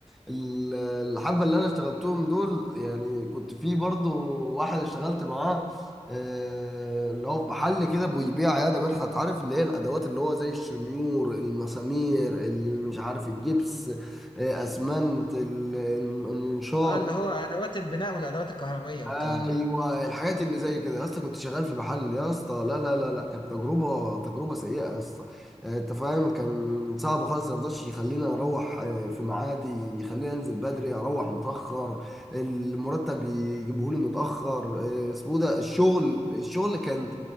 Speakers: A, in the centre; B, on the left.
A: ال- الحبه اللي انا اشتغلتهم دول يعني كنت في برضو واحد اشتغلت معاه آه، اللي هو في محل كده بيبيع عياده مدحت عارف اللي هي الادوات اللي هو زي الشنيور المسامير اللي مش عارف الجبس آه، اسمنت ال- المنشار
B: اه اللي هو ادوات البناء والادوات الكهربائيه والكلام
A: ايوه
B: ده
A: الحاجات اللي زي كده يا اسطى كنت شغال في محل يا اسطى لا لا لا لا كانت تجربه تجربه سيئه يا اسطى آه، انت فاهم كان صعب خالص ما رضاش يخليني اروح آه، في ميعادي يخليني انزل بدري اروح متاخر المرتب يجيبه لي متاخر آه، اسمه إيه ده الشغل الشغل كان